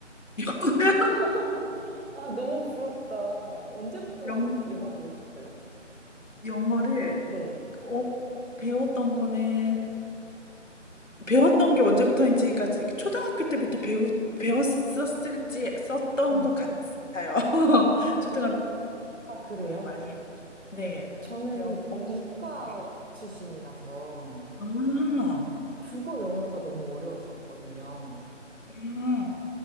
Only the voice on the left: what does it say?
<laughs>
영어
영, 어를
어, 배웠던 거는 배웠던 게 언제부터인지가 초등학교 때부터 배우 배웠었을지 썼던
것 같아요. <laughs> 초등학교.
거의 많이. 네.
배웠고.
네.
아, 아,
그